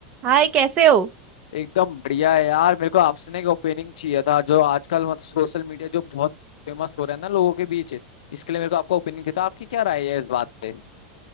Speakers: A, on the right; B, on the left.
A: हाय कैसे हो
B: एकदम बढ़िया है यार मेरे को आपसे ना एक ओपिनियन चाहिए था जो आजकल मतलब सोशल मीडिया जो बहुत फेमस हो रहा है ना लोगों के बीच इसके लिए मेरे को आपका ओपिनियन चाहिए था आपकी क्या राय है इस बात पे